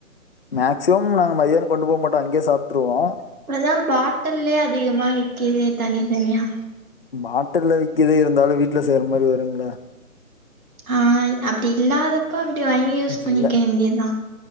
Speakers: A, on the left; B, on the right.
A: மேக்சிமம் நாங்க மதியானோ கொண்டு போக மாட்டோ அங்கே சாப்ட்டுருவோ
B: இப்பஎல்லா பாட்டல்லே அதிகமா விக்கிது தனி தனியா
A: பாட்டுல விக்கது இருந்தாலு வீட்டுல செய்ற மாதிரி வருங்கள
B: ஆ அப்படி இல்லாதப்ப அப்படி வாங்கி யூஸ்
A: இல்ல.
B: பண்ணிக்கே வேண்டியதுதா